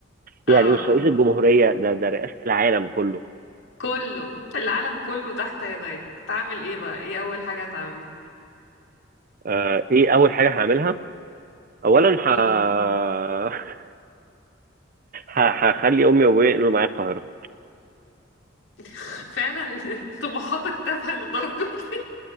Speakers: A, on the left; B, on the right.
A: اه
B: يعني مش رئيس الجمهورية ده ده رئاسة العالم كله
A: كله العالم كله تحت يديك تعمل ايه بقى ايه اول حاجة هتعملها
B: آه ايه اول حاجة هعملها اولا ه...
A: امم
B: <laughs> مم. ه... هخلي امي وابويا ينقلوا معايا القاهرة
A: <laughs> فعلا <laughs> طموحاتك تافهة للدرجة دي